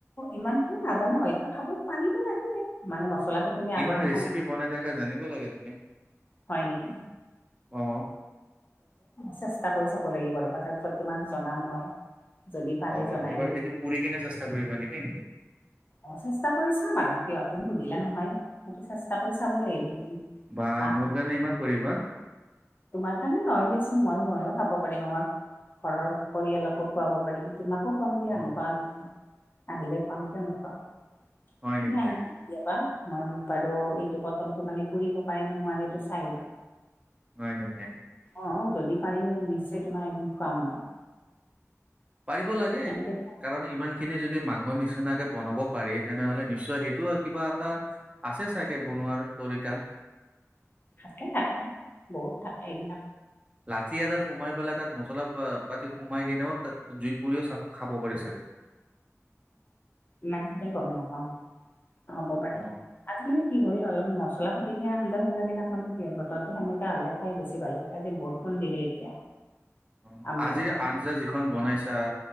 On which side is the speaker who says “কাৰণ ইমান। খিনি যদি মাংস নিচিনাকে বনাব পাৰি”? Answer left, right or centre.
Right